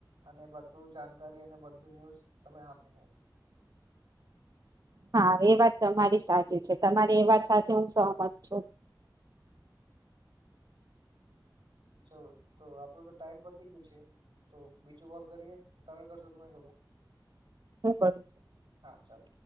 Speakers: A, on the right; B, on the right.
A: અને બધું જાણકારી અને બધું ન્યુઝ તમે આપે.
B: હા એ વાત તમારી સાચી છે તમારી એ વાત સાથે હું સહમત છું.
A: ચાલ તો આપડો તો ટાઈમ પરથી ગયો છે. તો બીજું કોલ કરીએ કે તમે કરશો કે મે કરું?
B: હ કરી છે.
A: હા ચાલો.